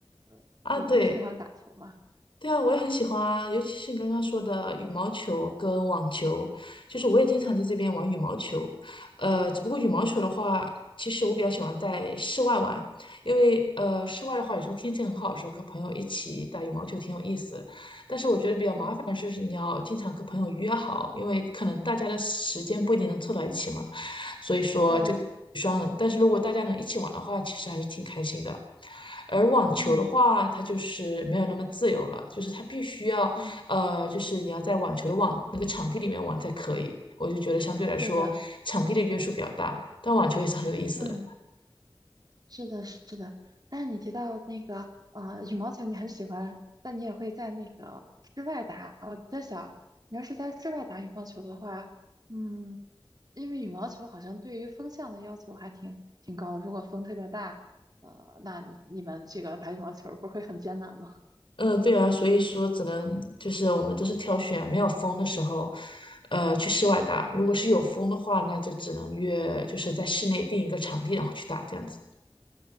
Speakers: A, on the right (about 45°); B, on the left (about 60°).
A: 嗯，
B: 啊，
A: 你你喜欢打球吗？
B: 对，对啊，我也很喜欢啊，尤其是你刚刚说的羽毛球跟网球，
A: 嗯
B: 就是我也经常在这边玩羽毛球。
A: 嗯
B: 呃，只不过羽毛球的话，
A: 嗯
B: 其实我比较喜欢在室外玩，因为呃，室外的话，有时候天气很好的时候，跟朋友一起打羽毛球挺有意思的但是我觉得比较麻烦的是，
A: 嗯，
B: 你要经常跟朋友约好，因为可能大家的时间不一定能凑到一起嘛，所以说。
A: 对的，
B: 但是如果大家能一起玩的话，其实还是挺开心的。而网球的话，
A: 嗯
B: 它就是没有那么自由了，就是它必须要，
A: 嗯
B: 呃，就是你要在网球的网那个场地里面玩才可以。我就觉得相对来说，
A: 对的，
B: 场地的约束比较大，但网球也是很有意思的。
A: 嗯，是的，是的，但是你提到那个呃羽毛球，你很喜欢，但你也会在那个室外打。我在想，你要是在室外打羽毛球的话，嗯，因为羽毛球好像对于风向的要求还挺挺高的。如果风特别大，呃，那你你们这个打羽毛球不会很艰难吗？
B: 嗯，对啊，所以说只能就是我们都是挑选没有风的时候，呃，去室外打。
A: 嗯。
B: 如果是有风的话，那就只能约就是在室内定一个场地，然后去打这样子。